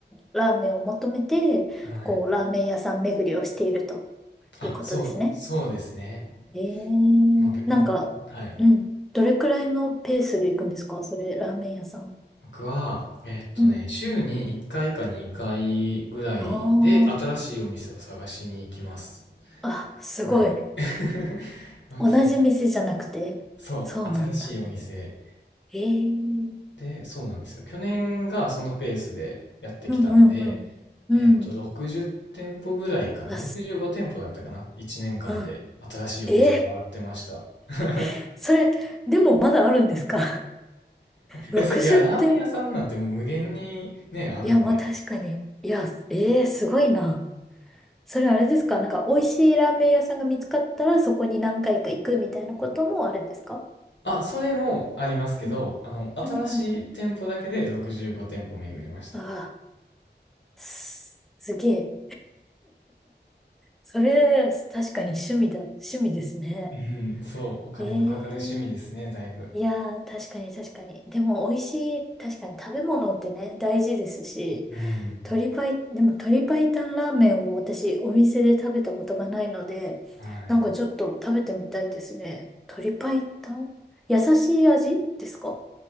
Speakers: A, in the centre; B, on the left (about 80°).
A: ラーメンを求めて、
B: はい
A: こう、ラーメン屋さん巡りをしているということですね。
B: あそうそうですね
A: えーなんか、
B: まあ、べまあ、はい
A: うん。どれくらいのペースで行くんですかそれ、ラーメン屋さん。
B: 僕はえっとね週に1回か2回ぐらいで新しいお店を探しに行きます
A: うん。ああ、あ、すごい。
B: はい <laughs> まあそう
A: 同じ店じゃなくて。
B: そう新しいお店
A: そうなんだ。ええ
B: でそうなんですよ去年がそのペースでやってきたんで
A: うんうんうん。うん。
B: えっと、60店舗ぐらいかな。
A: あ、
B: 65店舗だったかな。
A: す
B: 1年間で新しいお店回ってました。
A: うん。えー
B: <laughs>
A: <laughs> それ、でもまだあるんですか60
B: え、そ、いや、ラーメン屋さんなんてもう無限にね、
A: <laughs> 店舗。
B: あるんで。
A: いや、まあ確かに。いや、ええーすごいな。それあれですかなんか美味しいラーメン屋さんが見つかったらそこに何回か行くみたいなこともあるんですか
B: あ、それもありますけど、
A: うん
B: あの、新しい店舗だけで65店舗巡りました。
A: うんうんうん。ああ、す、すげえ。それ、確かに趣味だ、趣味ですね。
B: うん、そう、お金のかかる趣味ですね、
A: ええ
B: だいぶ。
A: いやー、確かに確かに。でも美味しい、確かに食べ物ってね、大事ですし、
B: うん、
A: 鶏パイ、でも鶏白湯ラーメンを私お店で食べたことがないので、
B: はい。
A: なんかちょっと食べてみたいですね。鶏白湯優しい味ですか